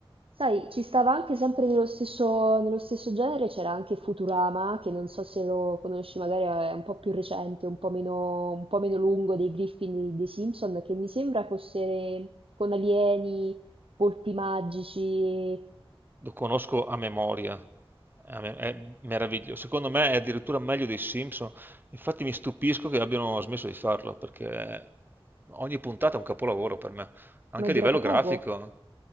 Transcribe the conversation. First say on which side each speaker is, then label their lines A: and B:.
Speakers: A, on the right; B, on the right.
A: Sai, ci stava anche sempre nello stesso, nello stesso genere, c'era anche Futurama, che non so se lo conosci, magari è un po' più recente, un po' meno, un po' meno lungo dei Griffin e dei Simpson, che mi sembra fosse con alieni, polpi magici,
B: Lo conosco a memoria, A me- è meraviglioso. Secondo me è addirittura meglio dei Simpson. Infatti mi stupisco che abbiano smesso di farlo, perché ogni puntata è un capolavoro per me anche
A: ma è durata
B: a livello
A: poco.
B: grafico.